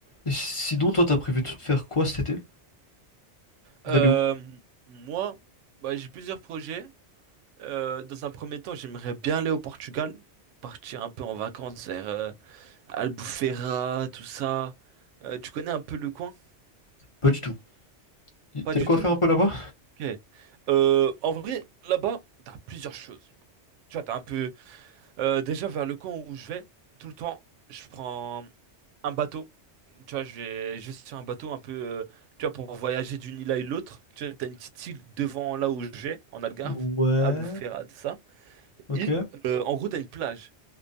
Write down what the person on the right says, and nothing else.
Euh,
m- moi, bah, j'ai plusieurs projets. Euh, dans un premier temps, j'aimerais bien aller au Portugal, partir un peu en vacances vers euh, Albufeira, tout ça. Euh, tu connais un peu le coin?
Pas
du
tout.
Ok. Euh, en vrai, là-bas, t'as plusieurs choses. Tu vois, t'as un peu. euh, déjà vers le coin où je vais, tout le temps, je prends un bateau. Tu vois, je vais juste sur un bateau un peu, euh, tu vois, pour voyager d'une île à une autre. Tu vois, t'as une petite île devant là où je vais, en Algarve,
Albufeira, tout ça.
Et euh, en gros, t'as une plage.